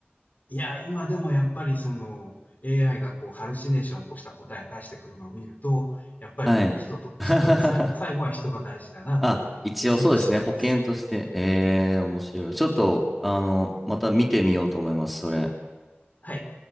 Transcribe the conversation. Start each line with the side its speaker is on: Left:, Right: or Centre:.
Left: いや、今でもやっぱりその AI がこうハルシネーションを起こした答え返してくるのを見ると、やっぱり人と、
Centre: はい。
Left: 人と、
Centre: <laughs>
Left: さい最後は人が大事だなと思った次第です。
Centre: あ、一応そうですね、保険として。ええ、面白い。ちょっと、あの、また見てみようと思います、それ。
Left: はい。